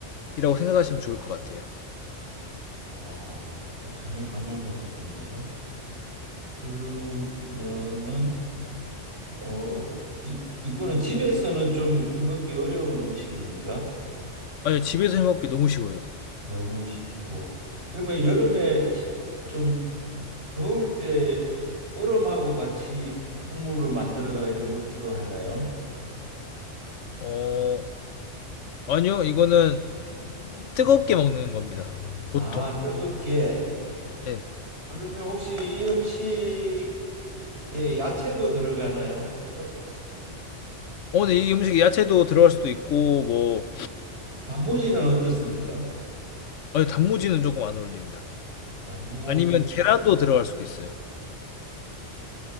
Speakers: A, on the left; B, on the right.
A: 생각하시면 좋을 것 같아요.
B: 어, 아, 전혀 감을 못 잡겠네요. 그러면은 어, 이, 이거는 집에서는 좀 해먹기 어려운 음식입니까?
A: 아니, 집에서 해먹기 너무 쉬워요.
B: 너무 쉽고. 그러면
A: 네.
B: 여름에 시- 좀 더울 때 얼음하고 같이 국물로 만들어가 이래 먹기도 하나요?
A: 어, 아니요, 이거는 뜨겁게 먹는 겁니다. 보통.
B: 아, 뜨겁게.
A: 예.
B: 그러면 혹시 이 음식에 야채도 들어가나요? 어,
A: 어, 근데 이 음식에 야채도 들어갈 수도 있고, 뭐,
B: 단무지는 어떻습니까?
A: 아니, 단무지는 조금 안 어울립니다.
B: 나무
A: 아니면 계란도 들어갈 수도 있어요.
B: 게,